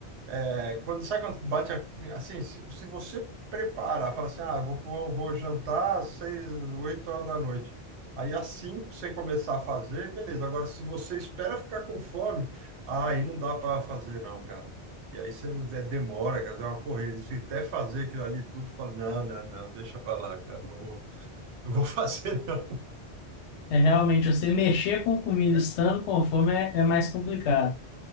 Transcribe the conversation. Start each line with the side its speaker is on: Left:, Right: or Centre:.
Right: É, quando, sabe quando bate a- assim, se, se você preparar, fala assim, ah, vou, vou, vou jantar às seis, oito horas da noite. Aí às cinco você começar a fazer, beleza. Agora, se você espera ficar com fome, ah, aí não dá para fazer não, cara. E aí você não- é, demora, cara, é uma corrida. Se até fazer aquilo ali tudo, fala, não, não, não, deixa para lá, cara, não vou, não vou <laughs> fazer não.
Left: É realmente, você mexer com comida estando com fome é, é mais complicado.